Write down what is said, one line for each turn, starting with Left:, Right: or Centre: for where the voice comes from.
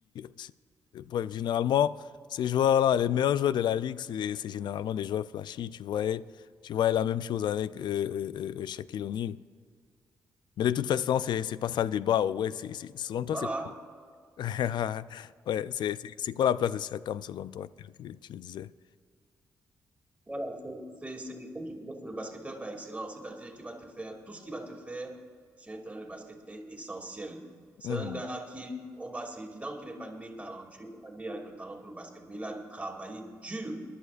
Left: C'est- Bref, généralement. Ces joueurs-là, les meilleurs joueurs de la ligue, c'est c'est généralement des joueurs flashy. Tu voyais, tu voyais la même chose avec euh, euh, euh, euh, Shaquille O'Neal. Mais de toute façon, c'est c'est pas ça le débat. Ouais, c'est c'est selon toi,
Right: Voilà.
Left: c'est <laughs> ouais, c'est c'est c'est quoi la place de Siakam selon toi, tel que tu le disais?
Right: Voilà, c'est, c'est, c'est- comme je disais, c'est le basketteur par excellence, c'est-à-dire qu'il va te faire, tout ce qu'il va te faire sur un terrain de basket est essentiel. C'est
Left: Mhm.
Right: un gars qui, on va, c'est évident qu'il n'est pas né talentueux, il n'est pas né avec le talent pour le basket, mais il a travaillé dur